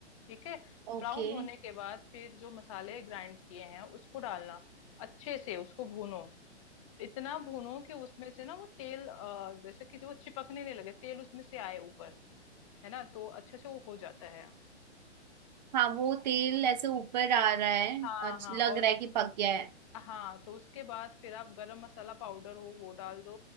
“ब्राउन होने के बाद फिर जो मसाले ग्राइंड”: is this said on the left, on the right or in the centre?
Left